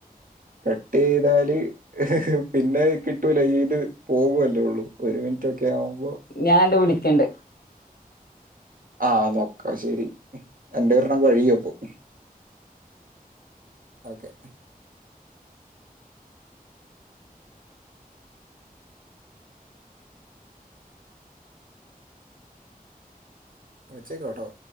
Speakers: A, on the right; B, on the left.
A: കട്ട്യ്താല് ഹ് ഹ് പിന്നെ കിട്ടൂല ഈത് പോവുല്ലെ ഒള്ളൂ ഒരു മിൻറ്റ് ഒക്കെ ആവു
B: ഞാൻണ്ട് വിളി ക്കണ്ട്
A: ആ നോക്കാ ശെരി എന്റെ ഒരെണ്ണം കഴിയും അപ്പം ഓക്കെ വച്ചേക്കാട്ടോ